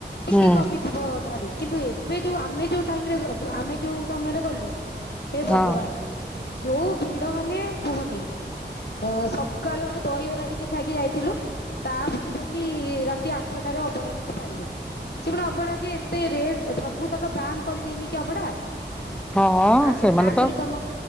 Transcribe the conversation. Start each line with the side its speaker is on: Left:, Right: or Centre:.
Left: ଟିକେ
Centre: ହୁଁ
Left: କମି ଥିବ ଧାଡି, କିନ୍ତୁ ଏବେ ଯୋଉ ଆମେ ଯୋଉ ଟାଇମରେ ଗ ବ୍ ଆମେ ଯୋଉ ସମୟରେ ଗଲୁ ହେ
Centre: ହଁ।
Left: ଭଗବାନ ଯୋଉ ଭିଡ଼ ମାନେ କୁହନି ଅ ସକାଳୁ ଆମେ ଦହିବରା ଟିକେ ଖାଇକି ଯାଇଥିଲୁ ତାପରେ ଯାଇକି ରାତି ଆଠଟାରେ ଅଭଡ଼ା ଟିକେ ପାଇଲୁ। ସେ ପୁଣି ଅଭଡା ଯେ ଏତେ ରେଟ ସବୁ ତକ ଦାମ୍ କରିଦେଇନି କି ଅଭଡା?
Centre: ହଁ
Left: ଆଗୁ
Centre: ସେମାନେ
Left: ଆଗରୁ
Centre: ତ
Left: ତମ,